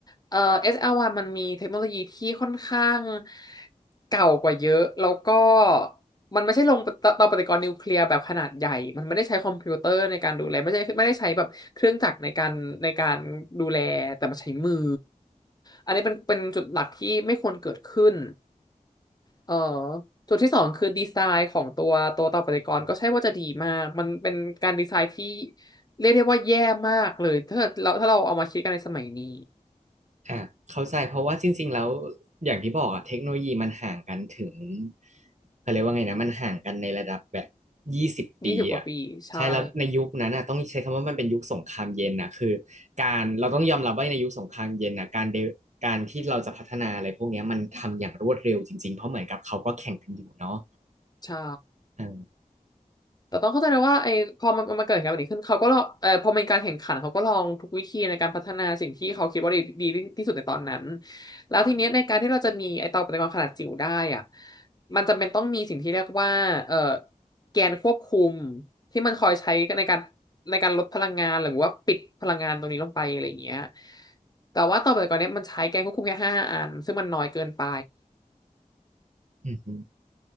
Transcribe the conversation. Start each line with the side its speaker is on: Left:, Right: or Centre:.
Left: เอ่อ SR1 มันมีเทคโนโลยีที่ค่อนข้างเก่ากว่าเยอะแล้วก็มันไม่ใช่ลงเตาเตาปฏิกรณ์นิวเคลียร์แบบขนาดใหญ่ มันไม่ได้ใช้คอมพิวเตอร์ในการดูแลไม่ใช่ไม่ได้ใช้แบบเครื่องจักรในการในการดูแลแต่มันใช้มืออันนี้เป็นเป็นจุดหลักที่ไม่ควรเกิดขึ้น เออจุดที่สองคือดีไซน์ของตัวตัวต่อปฏิกรณ์ก็ใช่ว่าจะดีมากมันเป็นการดีไซน์ที่เรียกได้ว่าแย่มากเลยถ้าเราถ้าเราเอามาคิดกันในสมัยนี้
Right: อ่ะเข้าใจเพราะว่าจริงๆแล้วอย่างที่บอกอะเทคโนโลยีมันห่างกันถึงเขาเรียกว่าไงนะมันห่างกันในระดับแบบยี่สิบปีอะ
Left: ยี่สิบกว่าปีใช่
Right: ใช่แล้วในยุคนั้นอะต้องใช้คำว่ามันเป็นยุคสงครามเย็นนะคือการเราต้องยอมรับว่าในยุคสงครามเย็นนะการเดการที่เราจะพัฒนาอะไรพวกเนี้ยมันทำอย่างรวดเร็วจริงๆเพราะเหมือนกับเขาก็แข่งกันอยู่เนาะ
Left: ใช่
Right: อา
Left: แต่ต้องเข้าใจนะว่าไอ้พอมันมันเกิดเหตุการณ์แบบนี้ขึ้นเขาก็ลองเออพอเป็นการแข่งขันเขาก็ลองทุกวิธีในการพัฒนาสิ่งที่เขาคิดว่าดีดีที่สุดในตอนนั้นแล้วทีเนี้ยในการที่เราจะมีไอ้เตาปฏิกรณ์ขนาดจิ๋วได้อ่ะมันจำเป็นต้องมีสิ่งที่เรียกว่าเออแกนควบคุมที่มันคอยใช้ในการในการลดพลังงานหรือว่าปิดพลังงานตรงนี้ลงไปอะไรอย่างเงี้ยแต่ว่าเตาปฏิกรณ์เนี้ยมันใช้แกนควบคุมแค่ห้าอันซึ่งมันน้อยเกินไป
Right: อือฮึ